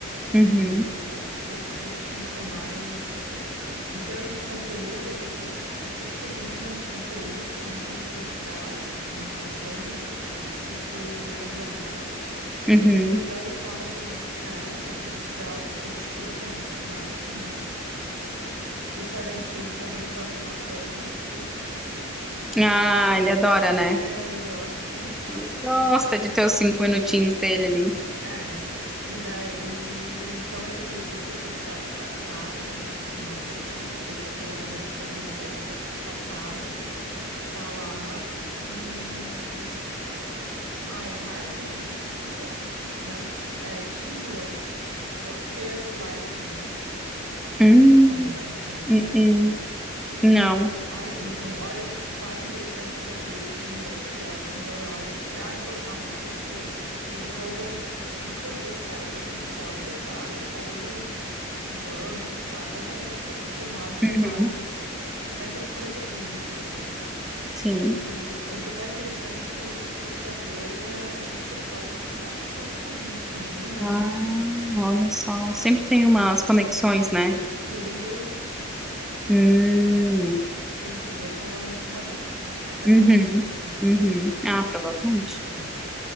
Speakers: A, in the centre; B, on the right.
A: Uhum,
B: E o Pul- Pulp Fiction, que é mais. eh, ah, Em termos de conteúdo, eu vou dizer que o Pulp Fiction tem muito menos conteúdo, tem muito menos densidade e muito mais sangue do, do que o Cães de Aluguel.
A: uhum.
B: Cães de Aluguel, ele fala sobre esse cara, que é um policial que se infiltra nessa máfia, né? E o Tarantino também faz uma ponta nesse. <laughs>
A: Ah, ele adora, né?
B: É, ele gosta, ele é um sarro.
A: Ele gosta de ter os cinco minutinhos dele ali.
B: É, e daí, então ele, esse é policial disfarçado, né, que eu esqueci o nome desse, desse ator, mas esse é policial dis- disfarçado, que tá lá, e, ah, é Harvey Keitel? Não? É Tim Roth, é o que fez Lie to Me, não
A: Hum,
B: sei se tu conhece uma série.
A: uh-uh. Não.
B: Ai, eh, um- olha, um fato interessante sobre o Tim Roth, que é o Senhor Orange. Ah, to- ah, nesse, ne- eles roubam, inclusive esse cara que é policial infiltrado, rouba um, um banco, sei lá, roubam alguma coisa. São criminosos e roubaram
A: Uhum,
B: alguma coisa. Então ele teve que cometer crime, esse policial.
A: sim.
B: E é um detalhe interessante que, o, que esse ator, ele era amigo pessoal do Tupac Shakur, né? Da mesma idade
A: Ah,
B: dele.
A: olha só. Sempre tem umas conexões, né?
B: E ele é inglês.
A: Hum,
B: Se conheceram provavelmente em Hollywood, né? Certamente
A: uhum,
B: em Hollywood.
A: uhum. Ah, provavelmente.
B: É.